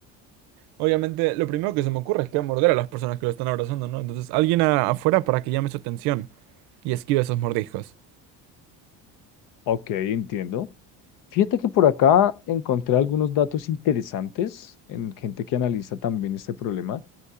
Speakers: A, on the right; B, on the left.
A: obviamente lo primero que se me ocurre es que va a morder a las personas que lo están abrazando, ¿no? Entonces alguien a- afuera para que llame su atención y esquive esos mordiscos.
B: Ok, entiendo. Fíjate que por acá encontré algunos datos interesantes en gente que analiza también este problema.